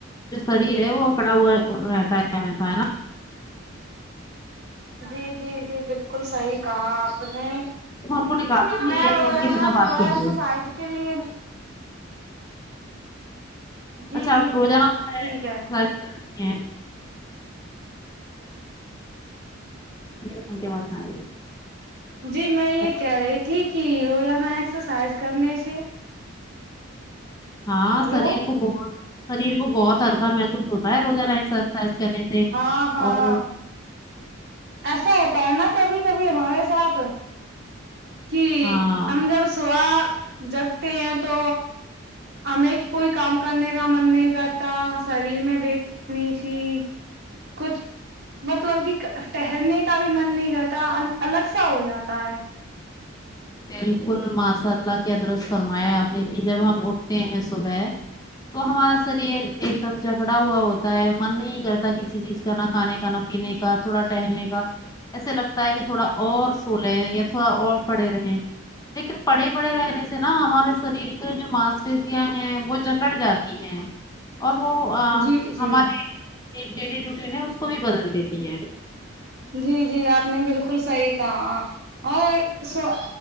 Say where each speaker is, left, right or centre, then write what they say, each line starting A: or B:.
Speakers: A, on the left; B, on the right.
A: جو شریر ہے وہ پڑا ہوا رہتا ہے ایس ہے نا
B: جی جی جی بالکل صحیح کہا آپ نے
A: فون کو نکال دیجیے
B: میں
A: ایئر
B: روزانا
A: فون کے بنا
B: صبح
A: بات کریے
B: <inaudible> ایکسرسائز کے لیے جی
A: اچھا
B: جی
A: آپ روزانہ
B: بالکل
A: صبح
B: ٹھیک
A: یکسرسائز
B: ہے
A: کرنی ہے <unintelligible>
B: جی میں یہ
A: ہیلو۔
B: کہہ رہی تھی کہ روزانہ ایکسرسائز کرنے سے
A: ہاں
B: ہلو
A: شریر کو بہت شریر کو بہت ہلکا محسوس ہوتا ہے روزانہ ایکسرسائز کرنے سے
B: ہاں ہاں
A: اور
B: ایسا ہوتا ہے نا کبھی کبھی ہمارے ساتھ کہ
A: ہاں
B: ہم جب صبح جگتے ہیں تو ہمیں کوئی کام کرنے کا من نہیں کرتا شریر میں بیچنی سی کچھ مطلب کہ ٹہلنے کا بھی من نہیں کرتا الگ سا ہو جاتا ہے
A: بالکل ماشاء اللہ کی ادرس فرمایا آپ نے کہ جب ہم اٹھتے ہیں صبح تو ہمارا شریر ایک دم جگڑا ہوا ہوتا ہے من نہیں کرتا کسی چیز کا نہ کھانے کا کھانا پینے کا تھوڑا ٹہلنے کا ایسے لگتا ہے کہ تھوڑا اور سو لیں یا تھوڑا اور پڑے رہیں لیکن پڑے پڑے رہنے سے نا ہمارے شریر کے جو ماس پیشیاں ہیں وہ جکڑ جاتی ہیں اور وہ ا
B: جی جی
A: ہماری ڈیلی روٹین ہے اس کو بھی بدل دیتی ہیں
B: جی جی آپ نے بالکل صحیح کہا اور سو